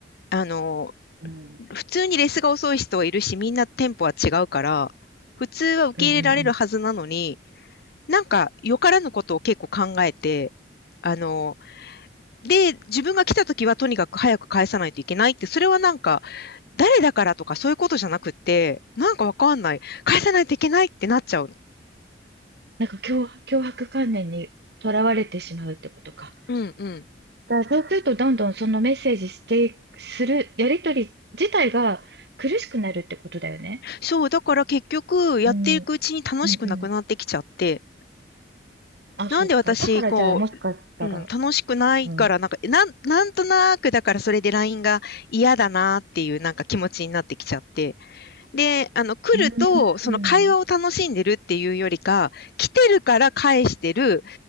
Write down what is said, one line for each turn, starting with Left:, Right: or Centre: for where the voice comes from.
Left: あの、
Right: うん。
Left: 普通にレスが遅い人はいるし、みんなテンポは違うから、普通は受け入れられるはずなのに、
Right: うんうんうん。
Left: なんかよからぬことを結構考えて、あの、で、自分が来た時はとにかく早く返さないといけないって、それはなんか、誰だからとかそういうことじゃなくって、なんかわかんない。返さないといけないってなっちゃうの。
Right: なんか脅、脅迫観念にとらわれてしまうってことか。
Left: うんうん。
Right: だからそうするとどんどんそのメッセージしていく、する、やりとり自体が苦しくなるってことだよね。
Left: そう、だから結局、やっていくうちに楽しくなくなってきちゃって、
Right: うん、うんうん。あ、
Left: なんで私、
Right: そっか。だからじゃあもしかしたら、
Left: こう、うん、楽しくないから、
Right: うん。
Left: なんか、なん、なんとなく、だからそれで LINE が嫌だなっていうなんか気持ちになってきちゃって。で、あの、来ると、
Right: うーん。
Left: その会話を楽しんでるっていうよりか、来てるから返してる、